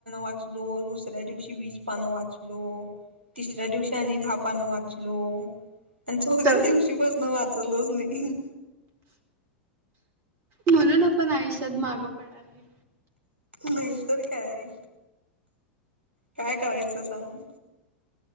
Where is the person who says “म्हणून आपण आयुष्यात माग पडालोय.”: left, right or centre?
Right